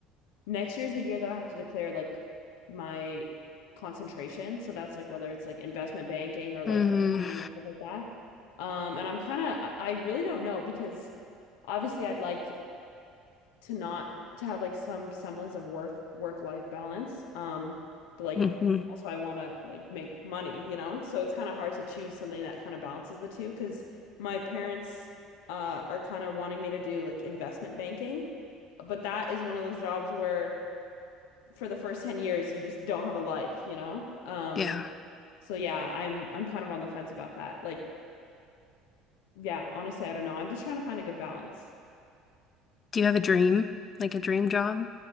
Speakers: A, on the left; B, on the left.
A: Next year is the year that I have to declare like my concentration. So that's like whether it's like investment banking or like
B: Mm,
A: accounting and stuff like that. Um, and I'm kind of, I really don't know because obviously I'd like to not to have like some semblance of work work life balance. Um, but like
B: hmm
A: also I want to like make money, you know? So it's kind of hard to choose something that kind of balances the two because my parents uh are kind of wanting me to do like investment banking, but that is one of those jobs where for the first 10 years you just don't have a life, you know? Um,
B: yeah.
A: so yeah, I'm I'm kind of on the fence about that. Like, yeah, honestly, I don't know. I'm just trying to find a good balance.
B: Do you have a dream, like a dream job?